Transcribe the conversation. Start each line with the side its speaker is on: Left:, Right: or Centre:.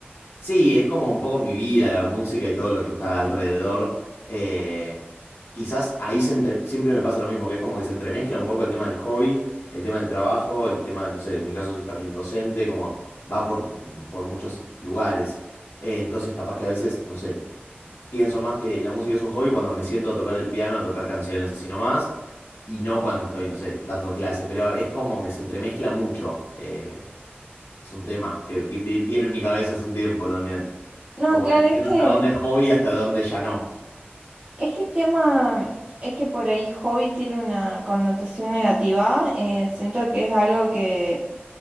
Left: Sí, es como un poco mi vida, la música y todo lo que está alrededor. Eh, quizás ahí se entre- siempre me pasa lo mismo, que es como que se entremezcla un poco el tema del hobby, el tema del trabajo, el tema de, no sé, en mi caso soy también docente, como va por, por muchos lugares. Eh, entonces capaz que a veces, no sé, pienso más que la música es un hobby cuando me siento a tocar el piano, a tocar canciones así nomás, y no cuando estoy, no sé, dando clase, pero es como que se entremezcla mucho. eh, es un tema que que vi- viene en mi cabeza hace un tiempo también.
Right: No,
Left: Como
Right: claro,
Left: que no entiendo
Right: es que
Left: hasta dónde es hobby y hasta dónde ya no.
Right: Es que el tema mm, es que por ahí hobby tiene una connotación negativa. eh, siento que es algo que,